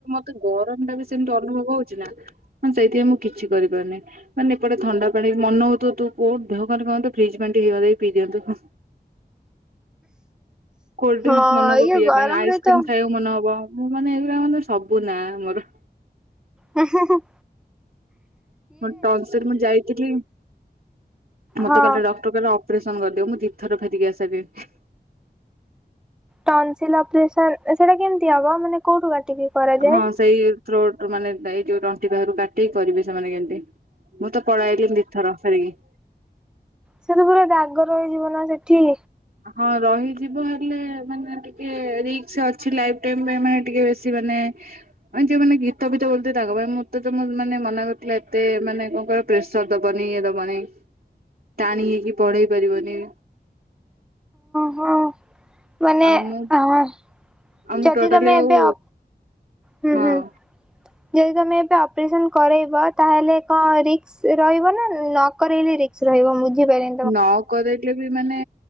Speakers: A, on the right; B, in the centre.
A: ତେ ଗରମ ଟା ବି ସେମିତି ଅନୁଭବ ହଉଛି ନା ସେଇଥିପାଇଁ ମୁଁ କିଛି କରିପାରୁନି। ମାନେ ଏପଟେ ଥଣ୍ଡା ପାଣି ମନ ହଉଥୁ ତୁ କୋଉ ଦେହ କହନ୍ତୁ ଫ୍ରିଜ୍ ପାଣ୍ ହେଇ ଦେଇ ପିଇ ଦିଅନ୍ତୁ। କୋଲ୍ଡଡ୍ରିଙ୍କସ
B: ହଁ
A: ମନ ହବ
B: ଇଏ
A: ପିଇବା
B: ଗରମରେ
A: ପାଇଁ ଆଇସ୍କ୍ରିମ
B: ତ
A: ଖାଇବାକୁ ମନ ହବ ମୁଁ ମାନେ ଏଇଗୁରା ମାନେ ସବୁ ନା ମୋର।
B: ହାଁ ହାଁ ହାଁ।
A: ମୋ <unintelligible> ମୁଁ ଯାଇଥିଲି ମତେ
B: ହଁ
A: କହିଲେ ଡକ୍ଟର ଅପରେସନ କରିଦିଅ ମୁଁ ଦି ଥର ଫେରିକି ଆସିସାରିଲିଣି।
B: ଟନସିଲ ଅପରେସନ ସେଇଟା କେମିତି ହବ ମାନେ କୋଉଠୁ? କାଟିକି କରାଯାଏ?
A: ଆଁ ହଁ ସେଇ ଥ୍ରୋଟ ମାନେ ଏଇ ଯୋଉ ତଣ୍ଟି ପାକରୁ କାଟିକି କରିବେ ସେମାନେ କେମତି। ମୁଁ ତ ପଳେଇଆଇଲିନି ଦି ଥର ଫେରିକି।
B: ସେରା ମୋର ଦାଗ ରହିଯିବନା ସେଠି।
A: ହଁ ରହିଯିବ ହେଲେ ମାନେ ଟିକେ ରିସ୍କ ଅଛି ଲାଇଫ୍ ଟାଇମ ପାଇଁ ମାନେ ଟିକେ ବେଶୀ ମାନେ ମାନେ ଯୋଉ ମାନେ ଗୀତ ଫିତ ବୋଲୁଥିବେ ତାଙ୍କ ପାଇଁ ମୋତେ ତ ମୁଁ ମାନେ ମନା କରିଥିଲା ଏତେ ମାନେ କଣ କର ପ୍ରେସର ଦବନି ଇଏ ଦବନି ଟାଣି ହେଇକି ପଢେଇ ପାରିବନି।
B: ହଁ ମାନେ
A: ଆଉ ମୁଁ
B: ହ।
A: ଆଉ ମୁଁ
B: ଯତିି
A: ଟୋଟାଲି
B: ତମେ ଏବେ
A: ଆଉ
B: ଅ ହୁଁ
A: ହଁ।
B: ହୁଁ। ଯଦି ତମେ ଏବେ ଅପରେସନ କରେଇବ ତାହେଲେ କଣ ରିସ୍କ୍। ସେ ରହିବ ନା ନକରେଇଲେ ରିକ୍ସ ରହିବ ବୁଝିପାରି
A: ନ କରେଇଲେ ବି ମାନେ